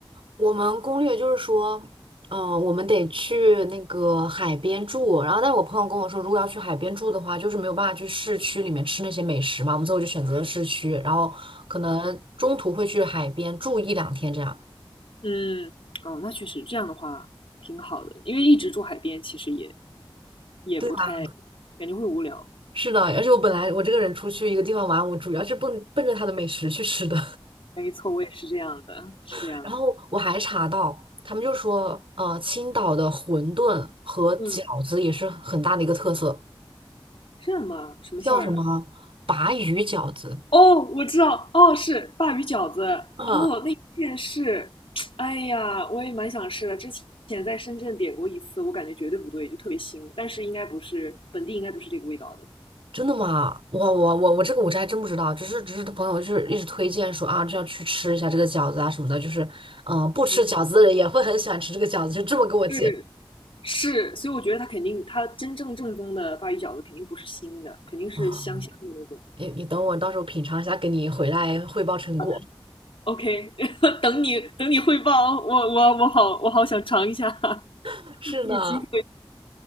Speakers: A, on the right; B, on the left.
A: 我们攻略就是说，嗯、我们得去那个海边住。然后，但是我朋友跟我说，如果要去海边住的话，就是没有办法去市区里面吃那些美食嘛。我们最后就选择了市区，然后可能中途会去海边住一两天这样。
B: 嗯，哦，那确实这样的话挺好的，因为一直住海边其实也也不太
A: 对啊，
B: 感觉会无聊。
A: 是的，而且我本来我这个人出去一个地方玩，我主要是奔奔着它的美食去吃的。
B: 没错，我也是这样的，是这样的。
A: <laughs> 然后我还查到，他们就说，呃，青岛的馄饨和饺子也是很大的一个特色，
B: 嗯，这样吗？什么馅儿的？
A: 叫什么鲅鱼饺子。
B: 哦，我知道，哦，是鲅鱼饺子，
A: 嗯
B: 哦，那一片是，<tsk> 哎呀，我也蛮想吃的。之前在深圳点过一次，我感觉绝对不对，就特别腥，但是应该不是本地，应该不是这个味道的。
A: 真的吗？我我我我这个我这还真不知道，只是只是朋友就是一直推荐说啊，这要去吃一下这个饺子啊什么的，就是嗯、呃不吃饺子的人也会很喜欢吃这个饺子，
B: 嗯，
A: 就这么跟我讲
B: 是是，所以我觉得它肯定，它真正正宗的鲅鱼饺子肯定不是腥的，肯定是香香的那种。
A: 啊。哎，你等我到时候品尝一下，给你回来汇报成果。
B: 好的，OK，<laughs> 等你等你汇报，我我我好我好想尝一下，<laughs>
A: <laughs> 是的，
B: 有机会，